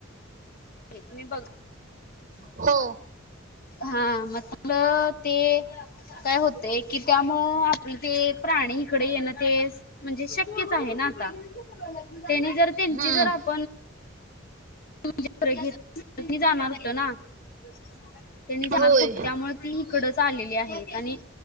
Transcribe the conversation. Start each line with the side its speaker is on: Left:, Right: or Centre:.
Left: <unintelligible>
Right: हो.
Left: हा मग ते, काय होतंय की त्यामुळं मग ते प्राणी इकडे येणं तेच, म्हणजे शक्यच आहे ना आता. ते नी जर त्यांची
Right: हम्म
Left: जर आप <unintelligible> जाणार होतं ना <unintelligible> ते नी जाणार
Right: होय
Left: कुठं त्यामुळे ती इकडचं आललेली आहेत आणि